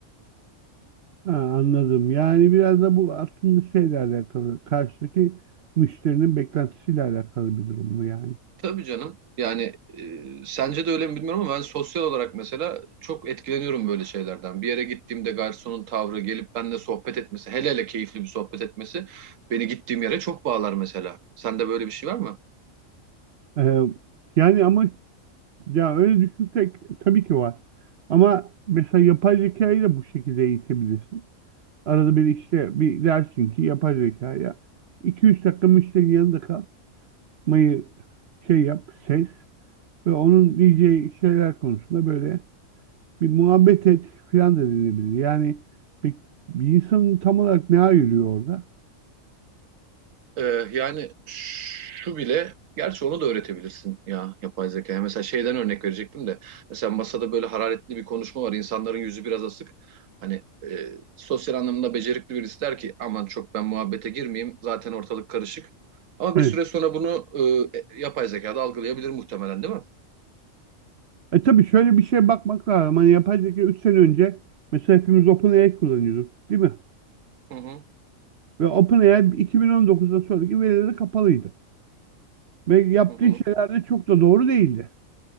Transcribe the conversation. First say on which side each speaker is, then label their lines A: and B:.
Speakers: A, on the right; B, on the right.
A: Ha, anladım. Yani biraz da bu aslında şeyle alakalı, karşıdaki müşterinin beklentisiyle alakalı bir durum mu yani?
B: Tabii canım. Yani e, sence de öyle mi bilmiyorum ama ben sosyal olarak mesela çok etkileniyorum böyle şeylerden. Bir yere gittiğimde garsonun tavrı gelip benimle sohbet etmesi, hele hele keyifli bir sohbet etmesi beni gittiğim yere çok bağlar mesela. Sende böyle bir şey var mı?
A: Ee, yani ama ya öyle düşünsek tabii ki var. Ama mesela yapay zekayı da bu şekilde eğitebilirsin. Arada bir işte bir dersin ki yapay zekaya 2-3 dakika müşterinin yanında kalmayı şey yap, ses ve onun diyeceği şeyler konusunda böyle bir muhabbet et filan da denebilir. Yani bir, bir insanın tam olarak ne ayırıyor orada?
B: Ee, yani şu bile, gerçi onu da öğretebilirsin ya yapay zekaya. Mesela şeyden örnek verecektim de, mesela masada böyle hararetli bir konuşma var, insanların yüzü biraz asık. Hani e, sosyal anlamda becerikli birisi der ki aman çok ben muhabbete girmeyeyim, zaten ortalık karışık. Ama
A: Evet.
B: bir süre sonra bunu e, e, yapay zekada algılayabilir muhtemelen değil mi?
A: E tabii şöyle bir şeye bakmak lazım. Hani yapay zeka 3 sene önce mesela hepimiz OpenAI kullanıyorduk değil mi?
B: Hı hı,
A: Ve OpenAI 2019'dan sonraki verileri kapalıydı. Ve yaptığı
B: hı hı.
A: şeyler de çok da doğru değildi.